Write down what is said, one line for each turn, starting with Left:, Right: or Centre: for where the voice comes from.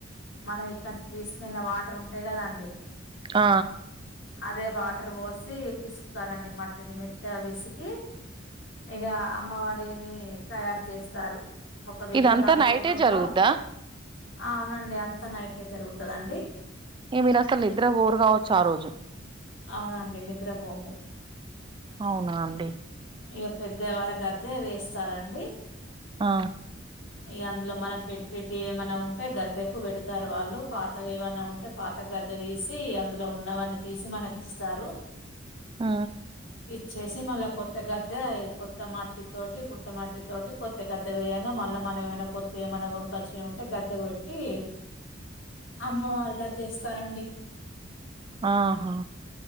Left: మనం ఇక్కంచి తీసు నిన్న వాటర్ ఉంటాయి కదా అండి
Right: ఆ
Left: అదే వాటర్ పోసి పిసుకుతారండి మట్టిని మెత్తగా వి పిసికి ఇక అమ్మవారిని తయారు చేస్తారు ఒక విగ్రహం
Right: ఇదంతా నైటే
Left: రూపంలో
Right: జరుగుద్దా
Left: అవునండి అంతా నైటే జరుగుతదా అండి
Right: ఇక మీరసలు నిద్రపోరు కావొచ్చు ఆరోజు
Left: అవునండి నిద్రబోము
Right: అవునా అండి
Left: ఇగ పెద్దయవారు గద్దె వేస్తారండి
Right: ఆ
Left: ఇగ అందులో మనం పెట్టటిటి ఏమన్నా ఉంటే గద్దెకు పెడతారు వాళ్ళు పాత వేమన్నా ఉంటే పాత గ ద్దె తీసి అందులో ఉన్నవన్ని తీసి మనకిస్తారు
Right: ఆ
Left: ఇచ్చేసి మళ్ళా కొత్త గద్దె కొత్త మట్టి తోటి పుట్ట మట్టి తోటి కొత్త గద్దె వేయంగా మళ్ళా మనం ఏమైనా కొత్తవి ఏమన్నా కొనుకొచ్చినయ్ ఉంటే గద్దెకు పెట్టి అమ్మవారి గద్దెస్ సరండీ
Right: ఆహా